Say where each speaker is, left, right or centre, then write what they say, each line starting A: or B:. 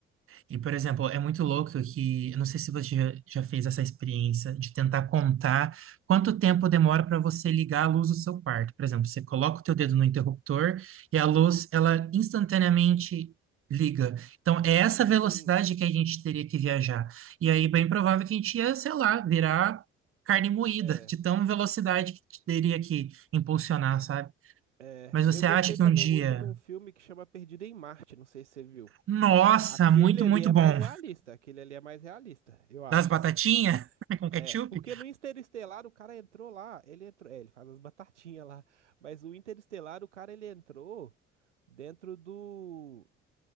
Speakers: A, on the right; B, on the right.
A: E, por exemplo, é muito louco que, eu não sei se você já, já fez essa experiência de tentar contar quanto tempo demora para você ligar a luz do seu quarto. Por exemplo, você coloca o teu dedo no interruptor e a luz, ela instantaneamente liga. Então, é essa
B: Sim.
A: velocidade que a gente teria que viajar. E aí, bem provável que a gente ia, sei lá, virar carne moída,
B: É.
A: <laughs> de tão velocidade que teria que impulsionar, sabe?
B: É.
A: Mas você
B: Eu gostei
A: acha que
B: também
A: um dia,
B: muito de um filme que chama Perdido em Marte. Não sei se você viu.
A: nossa,
B: Aquele
A: muito,
B: ali
A: muito
B: é
A: bom,
B: mais realista. Aquele ali é mais realista, eu acho,
A: das batatinhas
B: assim.
A: <laughs> com ketchup?
B: É, porque no Interestelar o cara entrou lá, ele entrou, é, ele faz as batatinhas lá, mas o Interestelar o cara ele entrou dentro do.